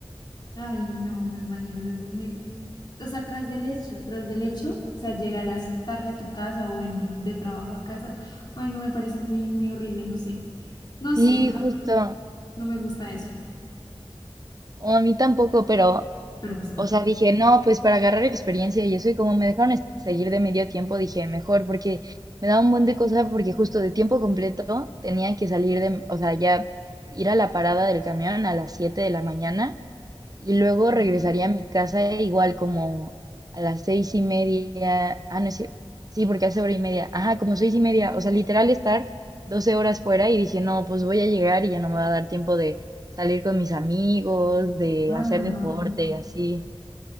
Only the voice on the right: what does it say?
Sí,
justo.
O a mí tampoco, pero
O sea, dije, no, pues para agarrar experiencia y eso, y como me dejaron es- seguir de medio tiempo, dije, mejor, porque me daba un buen de cosas, porque justo de tiempo completo tenía que salir de, o sea, ya ir a la parada del camión a las 7 de la mañana y luego
regresaría a mi casa igual como a las seis y media, ah, no es cier- sí, porque hace hora y media, ajá, como seis y media, o sea, literal estar 12 horas fuera y dije, no, pues voy a llegar y ya no me va a dar tiempo de salir con mis amigos, de
hacer
deporte y así.